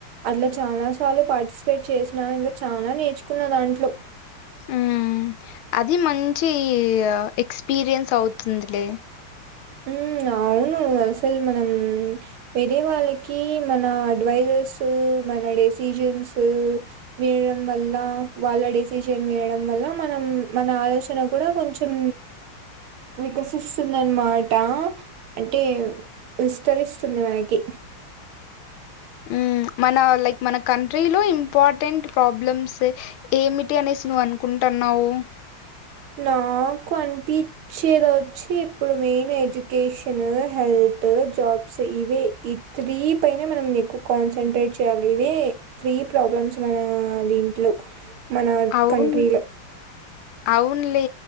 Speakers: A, on the right; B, on the left.
A: అట్లా చాలా సార్లు పార్టిసిపేట్ చేసిన ఇంకా చాలా నేర్చుకున్న దాంట్లో
B: మ్ అది మంచి ఎక్స్పీరియన్స్ అవుతుందిలే
A: మ్ అవును అసలు మనం వేరే వాళ్ళకి మన అడ్వైజ్ వేస్సు మన డెసిజన్స్ వేయడం వల్ల వాళ్ళ డెసిజన్ వేయడం వల్ల మనం మన ఆలోచన కూడా కొంచెం వికసిస్తుందన్నమాట్ ట్ట అంటే విస్తరిస్తుంది మనకి
B: మ్మ్ మన లైక్ మన కంట్రీలో ఇంపార్టెంట్ ప్రాబ్లమ్స్ ఏమిటి అనేసి నువ్వు అనుకుంటా అన్నావు
A: నాకు అనిపించేది వచ్చి ఇప్పుడు మెయిన్ ఎడ్యుకేషను హెల్ ఇటు జాబ్స్ ఇవే ఇ త్రి పైనే మనం ఎక్కువ కన్సంట్రెట్ చేయాలి ఇవే త్రి ఇ ప్రాబ్లమ్స్ మనా దీంట్లో మన
B: అవును
A: కంట్రీలో
B: అవునులే